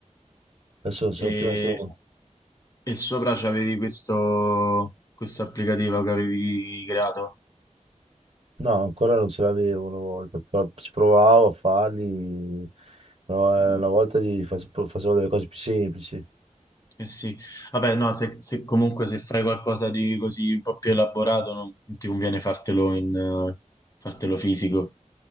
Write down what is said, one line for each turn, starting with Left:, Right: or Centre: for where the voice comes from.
Right: adesso non ce
Left: E
Right: n'ho più neanche uno.
Left: E sopra c'avevi questo, questo applicativo che avevi creato.
Right: No, ancora non ce l'avevo una volta, però ci provavo a farli, no, eh,
Left: Mm.
Right: una volta li face- facevo delle cose più semplici.
Left: Eh sì, vabbè, no, se, se comunque se fai qualcosa di così un po' più elaborato, non, non ti conviene fartelo in, eh, fartelo fisico,